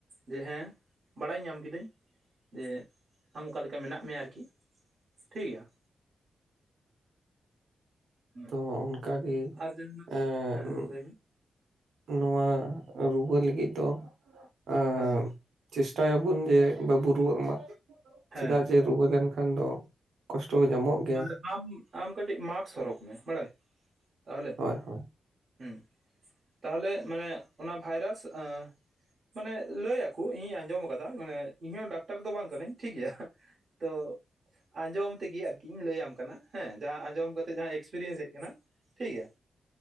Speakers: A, on the right; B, on the right.
A: ᱡᱮ ᱦᱮᱸ ᱵᱟᱲᱟᱭ ᱧᱟᱢ ᱠᱤᱫᱟᱹᱧ ᱡᱮ ᱟᱢ ᱚᱠᱟ ᱞᱮᱠᱟ ᱢᱮᱱᱟᱜ ᱢᱮᱭᱟ ᱟᱨᱠᱤ᱾ ᱴᱷᱤᱠ ᱜᱮᱭᱟ? ᱦᱮᱸ
B: ᱛᱚ ᱚᱱᱠᱟ ᱜᱮ
A: ᱟᱨ ᱡᱟᱦᱟᱱᱟᱜ
B: ᱮᱸᱜ
A: ᱦᱮᱸ ᱞᱟᱹᱭ ᱢᱮ
B: ᱱᱚᱣᱟ ᱨᱩᱣᱟᱹ ᱞᱟᱹᱜᱤᱫ ᱫᱚ ᱮᱸᱜ
A: ᱛᱟᱦᱚᱞᱮ
B: ᱪᱮᱥᱴᱟᱭᱟᱵᱚᱱ ᱡᱮ ᱵᱟᱵᱩ ᱨᱩᱣᱟᱹᱜ ᱢᱟ
A: ᱦᱮᱸ
B: ᱪᱮᱫᱟᱜ ᱡᱮ ᱨᱩᱣᱟᱹ ᱞᱮᱱᱠᱷᱟᱱ ᱠᱷᱟᱱ ᱫᱚ ᱠᱚᱥᱴᱚ ᱧᱟᱢᱚᱜ ᱜᱮᱭᱟ
A: ᱟᱨ ᱟᱢ ᱟᱢ ᱠᱟᱹᱴᱤᱡ ᱢᱟᱠᱥ ᱦᱚᱨᱚᱜ ᱢᱮ ᱵᱟᱲᱟᱭ ᱛᱟᱦᱚᱞᱮ
B: ᱦᱳᱭ ᱦᱳᱭ
A: ᱦᱩᱸ ᱛᱟᱦᱞᱮ ᱢᱟᱱᱮ ᱚᱱᱟ ᱵᱷᱟᱭᱨᱟᱥ ᱟᱸ ᱢᱟᱱᱮ ᱞᱟᱹᱭ ᱟᱠᱩ ᱤᱧᱤᱧ ᱟᱸᱡᱚᱢ ᱠᱟᱫᱟ ᱢᱟᱱᱮ ᱤᱧᱦᱚᱸ ᱰᱟᱠᱛᱟᱨ ᱫᱚ ᱵᱟᱝ ᱠᱟᱹᱱᱟᱹᱧ ᱴᱷᱤᱠ ᱜᱮᱭᱟ, ᱛᱚ ᱟᱸᱡᱚᱢ ᱛᱮᱜᱮ ᱟᱨ ᱠᱤ ᱞᱟᱹᱭᱟᱢ ᱠᱟᱱᱟ, ᱦᱮᱸ ᱡᱟᱦᱟᱸ ᱟᱸᱡᱚᱢ ᱠᱟᱛᱮᱜ ᱡᱟᱦᱟᱸ ᱮᱠᱥᱯᱮᱨᱤᱭᱮᱱᱥ ᱦᱮᱡ ᱟᱠᱟᱱᱟ ᱴᱷᱤᱠᱜᱮᱭᱟ᱾